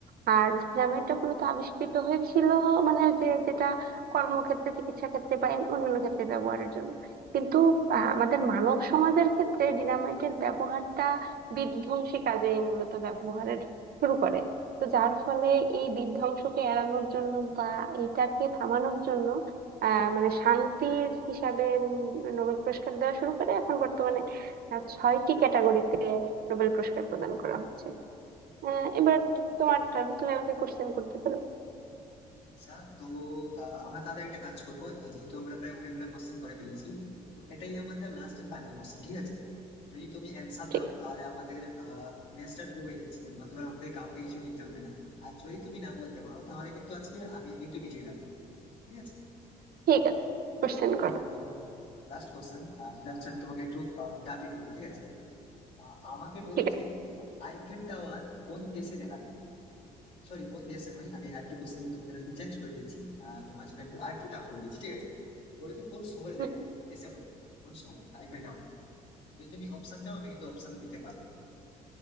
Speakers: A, on the right; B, on the left.
A: আর ডিনামাইটটা মূলত আবিষ্কৃত হয়েছিল মানে যে যেটা কর্মক্ষেত্রে চিকিৎসা ক্ষেত্রে বা এন- অন্যান্য ক্ষেত্রে ব্যবহারের জন্য কিন্তু আহ, আমাদের মানব সমাজের ক্ষেত্রে ডিনামাইটের ব্যবহারটা বিধ্বংসী কাজে মূলত ব্যবহারের শুরু করে তো যার ফলে এই বিধ্বংসকে এড়ানোর জন্য বা এইটাকে থামানোর জন্য আহ মানে শান্তির হিসাবে উম নোবেল পুরস্কার দেওয়া শুরু করে এখন বর্তমানে আহ, ছয়টি ক্যাটাগরিতে নোবেল পুরস্কার প্রদান করা হচ্ছে আহ, এবার তোমার টার্ন তুমি আমাকে কোশ্চেন করতে পারো
B: আচ্ছা তো আহ, আমরা তাহলে একটা কাজ করবো আহ, যেহেতু আমরা প্রায় অনেকগুলো কোশ্চেন করে ফেলেছি তো এটাই আমাদের লাস্ট এন্ড ফাইনাল কোশ্চেন ঠিক আছে যদি তুমি অ্যান্সার
A: ঠিক
B: দাও
A: আছে
B: তাহলে আমাদের ম্যাচটা ড্র হয়ে যাচ্ছে তুমি বলতে পারো আমাদের কাউকে কিছু দিতে হবে না আর যদি তুমি না বলতে পারো তাহলে কিন্তু আজকে আমি কিন্তু বিজয়ী লাভ করবো ঠিক আছে
A: ঠিক আছে কোশ্চেন করো
B: তো লাস্ট কোশ্চেন যেটা হচ্ছে আমি তোমাকে একটু টাপি করবো ঠিক আছে আহ, আমাকে বলো
A: ঠিক আছে
B: যে আইফেল টাওয়ার কোন দেশে দেখা যায়? সরি ফোন দিয়েছেন ভাই আমি একটা কোশ্চেন তোমাদের একটু চেঞ্জ করে দিচ্ছি আহ, তোমার জন্য একটু আর একটু টাফ করে দিচ্ছি ঠিক আছে বলেছে কোন শহরে
A: হুম।
B: দেখা যাবে দেশে বলো কোন শহর আইপিএলটা আমাদের যদি তুমি অপশন চাও আমি কিন্তু অপশনও দিতে পারি